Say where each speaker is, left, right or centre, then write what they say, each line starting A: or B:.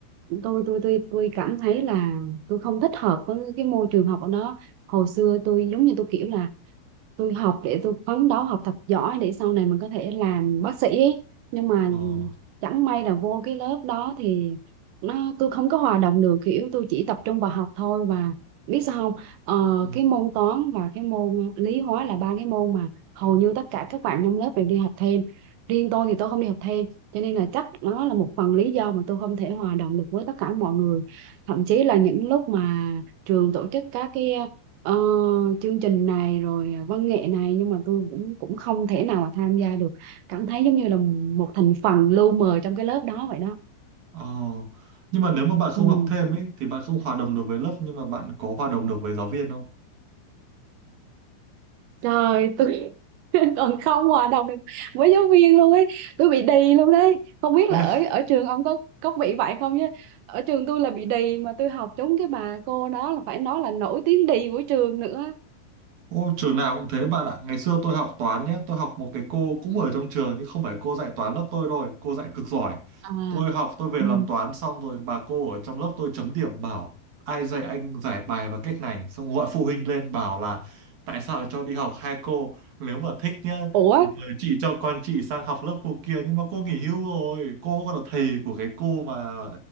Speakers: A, on the right; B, on the right.
A: tôi tôi tôi tôi cảm thấy là tôi không thích hợp với cái môi trường học ở đó hồi xưa tôi giống như tôi kiểu là tôi học để tôi phấn đấu học thật giỏi để sau này mình có thể làm bác sĩ ấy. nhưng mà
B: Ờ.
A: chẳng may là vô cái lớp đó thì nó tôi không có hòa đồng được kiểu tôi chỉ tập trung vào học thôi và biết sao không ờ,
B: ừ,
A: cái môn toán và cái môn lý hóa là ba cái môn mà hầu như tất cả các bạn trong lớp đều đi học thêm riêng tôi thì tôi không đi học thêm cho nên là chắc nó là một phần lý do mà tôi không thể hòa đồng được với tất cả mọi người thậm chí là những lúc mà trường tổ chức các cái ờ, chương trình này rồi à, văn nghệ này nhưng mà tôi cũng cũng không thể nào mà tham gia được cảm thấy giống như là một thành phần lu mờ trong cái lớp đó vậy đó
B: Ờ. Nhưng mà nếu mà bạn không
A: ừ.
B: học thêm ấy thì bạn không hòa đồng được với lớp nhưng mà bạn có hòa đồng được với giáo viên không?
A: trời tôi <laughs> còn không hòa đồng được với giáo viên luôn ấy tôi bị đì luôn đấy không biết
B: <laughs>
A: là ở ở trường ông có có bị vậy không chứ ở trường tôi là bị đì mà tôi học trúng cái bà cô đó là phải nói là nổi tiếng đì của trường nữa
B: Ô, trường nào cũng thế bạn ạ. Ngày xưa tôi học toán nhé. Tôi học một cái cô cũng ở trong trường nhưng không phải cô dạy toán lớp tôi rồi. Cô dạy cực giỏi.
A: à
B: Tôi học tôi về
A: ừ.
B: làm toán xong rồi bà cô ở trong lớp tôi chấm điểm bảo ai dạy anh giải bài bằng cách này. Xong gọi phụ huynh lên bảo là tại sao lại cho đi học hai cô. Nếu mà thích nhá
A: ủa
B: thì mời chị cho con chị sang học lớp cô kia. Nhưng mà cô nghỉ hưu rồi. Cô còn là thầy của cái cô mà